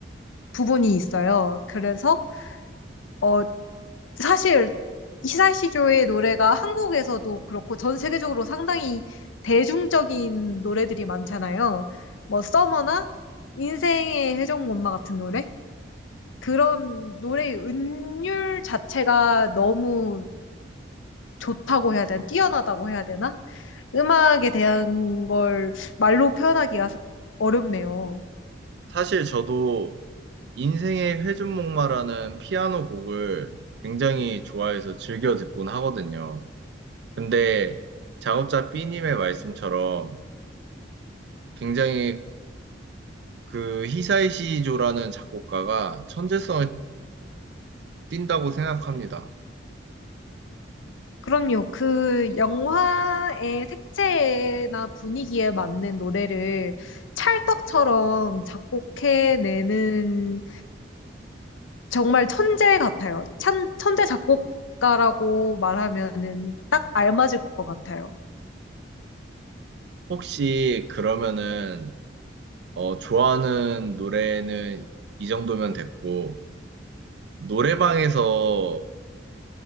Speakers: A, on the left; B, on the right.
A: 부분이 있어요. 그래서, 어, 사실 이사엘 시조의 노래가 한국에서도 그렇고 전 세계적으로 상당히 대중적인 노래들이 많잖아요. 뭐, 서머나 인생의 회전목마 같은 노래? 그런 노래의 은율 자체가 너무 좋다고 해야 되나? 뛰어나다고 해야 되나? 음악에 대한 걸 말로 표현하기가 어렵네요.
B: 사실 저도 인생의 회전목마라는 피아노 곡을 굉장히 좋아해서 즐겨 듣곤 하거든요. 근데 작업자 B님의 말씀처럼 굉장히 그 히사이시조라는 작곡가가 천재성을 띈다고 생각합니다.
A: 그럼요. 그 영화의 색채나 분위기에 맞는 노래를 찰떡처럼 작곡해내는 정말 천재 같아요. 천, 천재 작곡가라고 말하면은 딱 알맞을 것 같아요.
B: 혹시 그러면은 어, 좋아하는 노래는 이 정도면 됐고 노래방에서